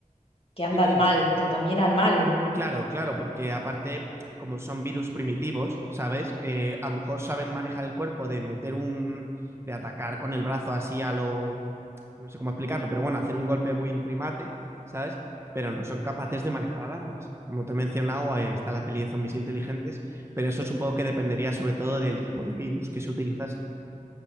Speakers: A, on the left; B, on the right.
A: que
B: dime,
A: andan
B: dime.
A: mal, que caminan mal.
B: Claro, claro, porque aparte, como son virus primitivos, ¿sabes? Eh, a lo mejor saben manejar el cuerpo de meter un, de atacar con el brazo así a lo no sé cómo explicarlo, pero bueno, hacer un golpe muy primate, ¿sabes? Pero no son capaces de manejar alarmas. Como te he mencionado, eh, está la peli de zombies inteligentes, pero eso supongo que dependería sobre todo del tipo de virus que se utilizase.